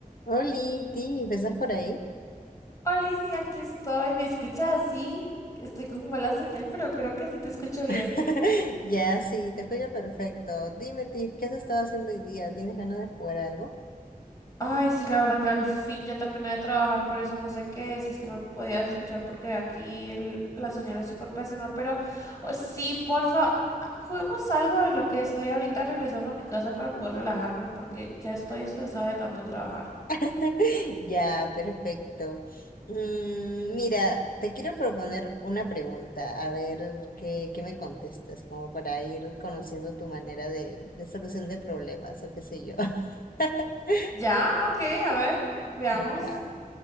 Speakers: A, on the left (about 70°); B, on the left (about 20°).
A: Oli, Tiff, ¿estás por ahí?
B: Alicia, aquí estoy. ¿Me escuchas así? Estoy con mala señal, pero creo que sí te escucho bien.
A: <laughs> Ya, sí, te escucho perfecto. Dime, Tiff, ¿qué has estado haciendo hoy día? ¿Tienes ganas de jugar algo?
B: Ay, sí, la verdad que al fin ya terminé de trabajar, por eso no sé qué, si es que me podías escuchar porque aquí el- la señal es súper pésima, pero oh, sí, porfa, ah, juguemos algo en lo que estoy ahorita regresando a mi casa para poder relajarme porque ya estoy estresada de tanto trabajar.
A: <laughs> Ya, perfecto. Mm, mira, te quiero proponer una pregunta, a ver qué, qué me contestas, como para ir conociendo tu manera de, de solución de problemas o qué sé yo. <laughs>
B: ¿Ya? Ok, a ver, veamos.
A: Ya.